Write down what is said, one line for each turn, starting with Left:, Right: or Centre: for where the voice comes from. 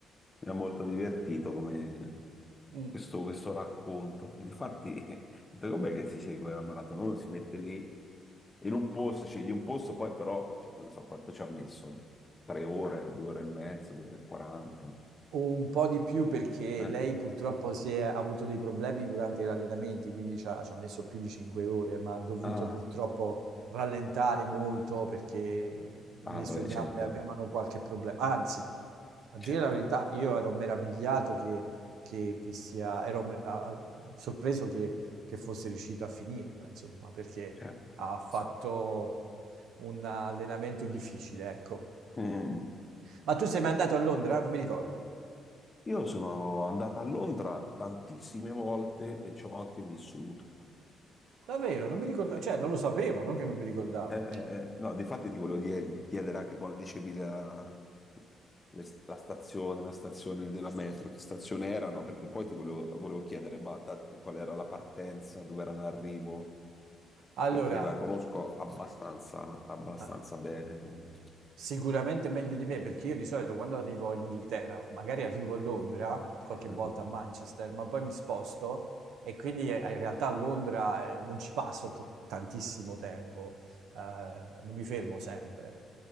Left: mi ha molto divertito come
Right: Mm.
Left: questo, questo racconto, perché difatti, <laughs> ho detto, com'è che si segue la maratona? Uno si mette lì in un posto, scegli un posto, poi però, cioè, non so quanto ci ha messo, tre ore, due ore e mezzo, due ore e quaranta.
Right: Un po' di più perché
Left: Eh.
Right: lei purtroppo si è ha avuto dei problemi durante gli allenamenti, quindi c'ha c'ha messo più di 5 ore, ma ha dovuto
Left: Ah,
Right: purtroppo rallentare molto perché
Left: ah,
Right: le sue
Left: beh,
Right: gambe
Left: certo,
Right: avevano qualche problema. Anzi, a dire
Left: certo,
Right: la verità, io ero meravigliato che, che- che sia, ero me- ah, sorpreso che, che fosse riuscito a finirla, insomma, perché
Left: certo,
Right: ha fatto
Left: insomma.
Right: un allenamento difficile, ecco.
Left: Mm. mm, mm.
Right: Ma tu sei mai andato a Londra? Non mi ricordo.
Left: Io sono andato a Londra tantissime volte e ci ho anche vissuto.
Right: Davvero, non mi ricordavo,
Left: Eh,
Right: cioè non lo sapevo, non che non mi ricordavo.
Left: eh, eh, eh, no, difatti ti volevo dire- di chiedere anche quando dicevi la, le st- la stazione, la stazione della metro, che stazione erano, perché poi ti volevo, volevo chiedere ma da- qual era la partenza, dove era l'arrivo,
Right: Allora,
Left: perché la conosco abbastanza, abbastanza
Right: ah,
Left: bene Londra.
Right: sicuramente meglio di me, perché io di solito quando arrivo in Inghilterra, magari arrivo a Londra, qualche
Left: Ah,
Right: volta a Manchester, ma poi mi sposto e quindi eh, in realtà a Londra eh, non ci passo t- tantissimo tempo, eh, non mi fermo sempre.